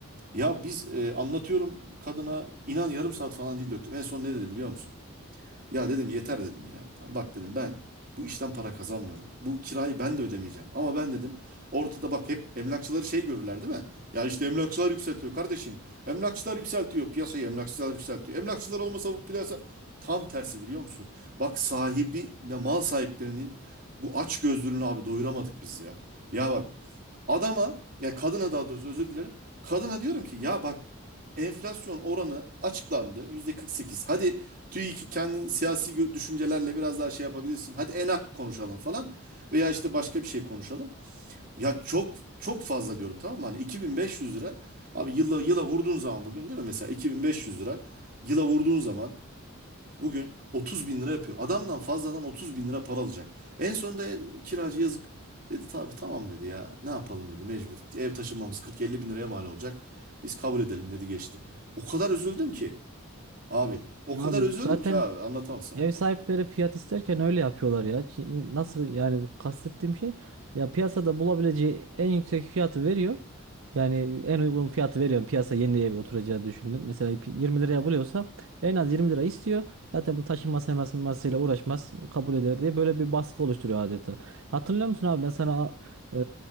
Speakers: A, on the right; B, on the right.
A: Ya biz e, anlatıyorum kadına inan yarım saat falan dil döktüm. En son ne dedi biliyor musun? Ya dedim yeter dedim ya. "Tamam, Bak dedim ben bu işten para kazanmıyorum. Bu kirayı ben de ödemeyeceğim. Ama ben dedim ortada bak hep emlakçıları şey görürler değil mi? Ya işte emlakçılar yükseltiyor kardeşim. Emlakçılar yükseltiyor. Piyasayı emlakçılar yükseltiyor. Emlakçılar olmasa bu piyasa tam tersi biliyor musun? Bak sahibi ve mal sahiplerinin bu aç gözlülüğünü abi doyuramadık biz ya. Ya bak adama ya kadına daha doğrusu özür dilerim. Kadına diyorum ki ya bak enflasyon oranı açıklandı yüzde 48. Hadi TÜİK'i kendin siyasi gö- düşüncelerle biraz daha şey yapabilirsin. Hadi enak konuşalım falan veya işte başka bir şey konuşalım. Ya çok çok fazla diyorum tamam mı? Hani 2500 lira abi yıla yıla vurduğun zaman bugün değil mi? Mesela 2500 lira yıla vurduğun zaman bugün 30 bin lira yapıyor. Adamdan fazladan 30 bin lira para alacak. En sonunda e, kiracı yazık dedi tabii tamam dedi ya ne yapalım dedi mecbur. Ev taşınmamız 40-50 bin liraya mal olacak. Biz kabul edelim dedi geçti. O kadar üzüldüm ki abi o
B: Ya
A: kadar
B: abi
A: üzüldüm
B: zaten
A: ki abi anlatamam sana.
B: Ev sahipleri fiyat isterken öyle yapıyorlar ya. Çin- Nasıl yani kastettiğim şey ya piyasada bulabileceği en yüksek fiyatı veriyor. Yani en uygun fiyatı veriyorum piyasa yeni ev oturacağı düşündün. Mesela pi- 20 liraya buluyorsa en az 20 lira istiyor. Zaten bu taşınması hemasıyla uğraşmaz kabul eder diye böyle bir baskı oluşturuyor adeta. Hatırlıyor musun abi ben sana e,